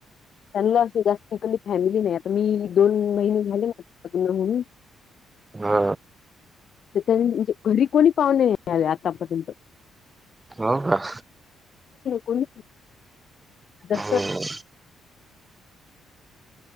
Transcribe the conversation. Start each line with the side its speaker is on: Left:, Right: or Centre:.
Left: त्यांना असं जास्तली फॅमिली नाही आता मी दोन महिने झाले ना हम
Right: हा
Left: त्यां म्हणजे घरी कोणी पाहणे आतापर्यंत
Right: हो का
Left: कोणी जस
Right: हम्म